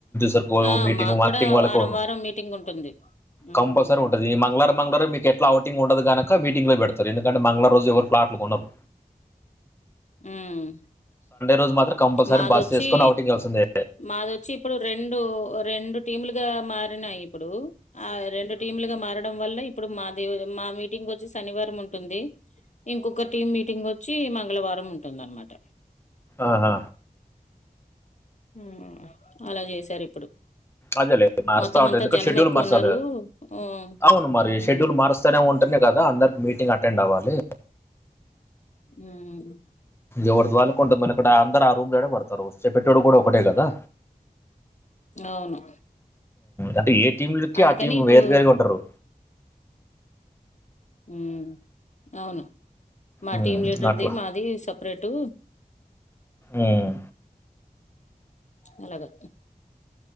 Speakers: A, on the left; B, on the left.
A: సార్
B: ఆ
A: ఒక మీటింగ్
B: మాకు కూడా
A: అరటింగ్ వాళ్ళకు
B: వారం వారం మీటింగ్ ఉంటుంది ఉమ్
A: కంపల్సరీ ఉంటది ఈ మంగళవారం. మంగళవారం మీకు ఎట్లా అవుటింగ్ ఉండదు కనుక మీటింగ్ లే పెడతారు ఎందుకంటే మంగళవారం రోజు ఎవరు ఫ్లాట్లు కొన్నారు.
B: ఉమ్
A: రోజు మాత్రం కంపల్సరీ
B: మాదొచ్చి
A: బస్ వేసుకొని అవుటింగ్ వెళ్తుందే
B: మాదొచ్చి. ఇప్పుడు రెండు రెండు టీములుగా మారినాయి ఇప్పుడు. అవి రెండు టీమ్లుగా మారడం వల్ల ఇప్పుడు మాది మా మీటింగ్ వచ్చి శనివారం ఉంటుంది. ఇంకొక టీమ్ మీటింగ్ వచ్చి మంగళవారం ఉంటుందనమాట.
A: ఆహ్.
B: ఉమ్ అలా చేసారు ఇప్పుడు.
A: అదేలే మారుస్తా
B: మొత్తం
A: ఉంటది
B: అంతా
A: ఎందుకంటే
B: జనం
A: షెడ్యూల్
B: ఎక్కువ
A: మార్చాలే
B: ఉన్నారు ఆ
A: అవును మరి
B: ఉమ్
A: షెడ్యూల్ మారుస్తానే ఉంటే కాద అందరు మీటింగ్ అటెండ్ అవ్వాలి.
B: ఉమ్.
A: ఎవరిది వాళ్ళుకు ఉంటది మల్ల అక్కడ అందరు ఆ రూమ్ లోనే పడతారు చెపట్టోడు కూడా ఒకటే కదా.
B: అవును
A: అంటే ఏ టీంలకి
B: అందుకని
A: ఆ టీం
B: ఇప్పుడు
A: వేరు వేరుగా ఉంటారు.
B: ఉమ్ అవును మా
A: ఉమ్,
B: టీం లీడర్ది
A: అట్లా
B: మాది సపరేటు.
A: ఉమ్.
B: అలాగా.